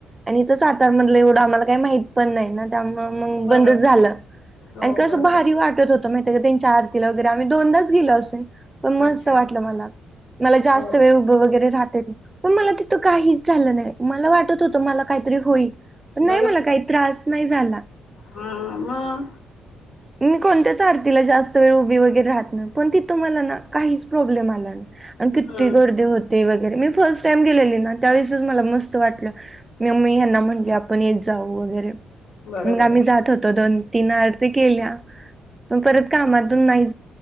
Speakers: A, on the right; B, on the left.
A: आणि इथं सातारमधलं एवढं आम्हांला कांहींच माहितं पणं नाहीं नां त्या मग बंद
B: बरो
A: झालं
B: हो
A: आणि कस
B: बरोबर
A: भारी, वाटत होत माहिती चाहा पिंला असेल वगैंर आम्हीं दोनदाच गेलो असून पणं मस्तं
B: अच्छा
A: वाटलं मलां मलां जास्तं
B: हो
A: वेळ उभं वगैंरे राहातं पणं मलां तिथं काहींचं झालं नाहीं मलां वाटतं होतं मलां कांहीतरी होईल. पण नाही
B: बघा
A: मला काही, त्रास नाही झाला.
B: हां मग
A: मी कोणत्यांचं आरतीलां जास्तं वेळ उभीं वगैरे राहतं नाहीं पणं तिथं मलां नां काहींचं प्रॉब्लेम आलाचं नाहीं आणि किती
B: हां
A: गर्दीे होतें वगैरें मी फर्स्ट टाईमं गेलेली नां त्यावेळेसंच मलां मस्तं वाटलं मममी यांना म्हंली आपण, येत जाऊ वगैरे
B: बरोबर
A: मग आम्ही
B: आहे
A: जात होतो. दोन तीन आरती केल्यां पणं परंत कामांतूंन काहींचं नाहीं